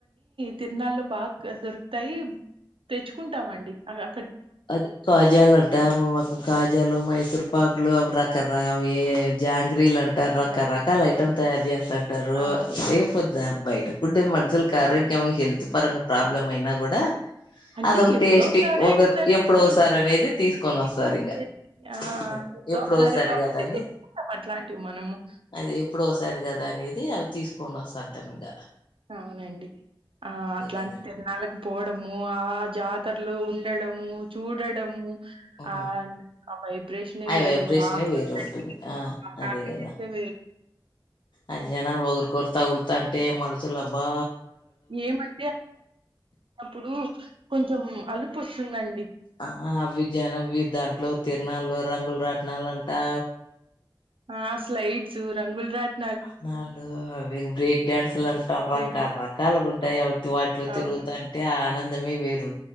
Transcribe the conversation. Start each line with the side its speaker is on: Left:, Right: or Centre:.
Right: తిరునాల్లో బాగా దొరుకుతాయి తెచ్చుకుంటామండి అలా
Left: అది కాజాల అంటే కాజాలు మైసూర్పాకులు అవి రకరవి జాంగ్రీలు అంటా రకరకాల
Right: యాహ్!
Left: ఐటమ్ తయారు చేస్తంటారు
Right: ఆ!
Left: అయి పోద్ద్ బయట గుండె మనుషులకి ఆరోగ్యం హెల్త్ పరంగా ప్రాబ్లం అయినా కూడా
Right: అంటే
Left: అదొక
Right: ఎప్పుడో
Left: టేస్టీ
Right: ఒకసారే
Left: ఒక
Right: కదండీ
Left: ఎప్పుడు
Right: మనం
Left: ఒకసారి అనేది తీసుకొని
Right: తినేది,
Left: వస్తారు
Right: వచ్చేది.
Left: ఇంగ
Right: ఆ!
Left: అదే ఎప్పుడో
Right: ఒకసారే
Left: ఒకసారి
Right: కాబట్టి
Left: కదా అని
Right: తెచ్చుకుంటాం అట్లాంటివి మనము.
Left: అది ఎప్పుడో ఒకసారి కదా అనేది అవి తీసుకొని వస్తంటాం ఇంకా
Right: అవునండి ఆ అట్లాంటి
Left: కదండి
Right: తిర్ణాలకు పోవడము ఆ జాతరలో ఉ <unintelligible> చూడడము
Left: ఉహు
Right: ఆ వైబ్రేషనే
Left: ఆ
Right: వేరు.
Left: వైబ్రేషనే
Right: ఆ సందడికి
Left: వేరు ఉంటుంది ఆ
Right: ఒక హ్యాపీనెస్సే
Left: అదే కదా
Right: వేరు.
Left: అ జనాలు వగురుకర్తా ఉరుకుతాంటే మనసులోబ్బా
Right: ఏమంటే అప్పుడు కొంచెం అలుపు వస్తుందండి
Left: ఆ అవి జనం దాంట్లో తిరనాల్లో రంగులు రాట్నాలు అంటా
Right: ఆ స్లైడ్స్ రంగుల్ రాట్
Left: అన్నాళ్ళలు అవి బ్రేక్ డాన్స్ లు అంటా రకరకాలుగా
Right: వె
Left: ఉంటాయి అవి వాటిలో
Right: అవును.
Left: తిరుగుతాంటే ఆనందమే వేరు